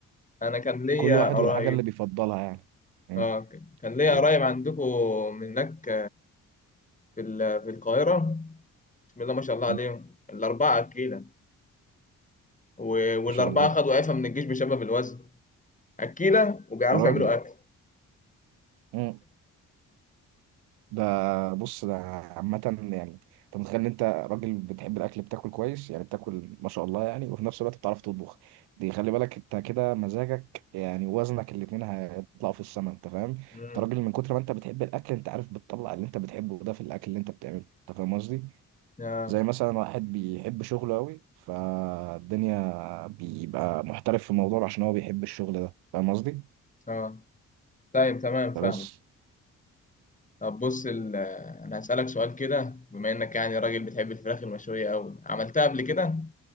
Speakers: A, on the left; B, on the right.
A: انا كان ليا
B: كل واحد
A: قرايب
B: والحاجة اللي بيفضلها يعني مم.
A: اه ك- كان ليا
B: قول
A: قرايب عندكم من هناك في ال- في القاهره بسم الله ما شاء الله عليهم
B: مم.
A: الاربعه اكيله و- والاربعه
B: ما شاء الله
A: خدوا عفه من الجيش بسبب الوزن اكيله وبيعرفوا
B: يا راجل
A: يعملوا اكل
B: مم. ده بص ده عامة يعني انت متخيل ان انت راجل بتحب الاكل بتاكل كويس يعني بتاكل ما شاء الله يعني وفي نفس الوقت بتعرف تطبخ دي خلي بالك انت كده مزاجك يعني وزنك الاتنين هيطلعوا في السما انت فاهم
A: امم
B: انت راجل من كتر ما انت بتحب الاكل انت عارف بتطلع اللي انت بتحبه ده في الاكل اللي انت بتعمله انت فاهم قصدي
A: اه
B: زي مثلا واحد بيحب شغله قوي فالدنيا بيبقى محترف في الموضوع عشان هو بيحب الشغل ده فاهم قصدي
A: اه طيب تمام فاهم
B: فبس
A: طب بص ال- انا هسالك سؤال كده بما انك يعني راجل بتحب الفراخ المشويه قوي عملتها قبل كده